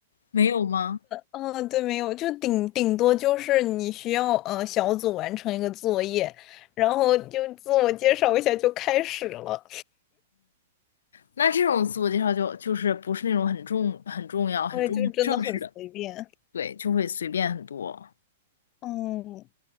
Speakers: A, on the left; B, on the left.
A: 没有吗？
B: 嗯，对，没有，就顶顶多就是你需要呃小组完成一个作业，然后就自我介绍一下就开始了，
A: 那这种自我介绍就就是不是那种很重很重要很重正式的，
B: 所以就真的很随便。
A: 对，就会随便很多。
B: 嗯，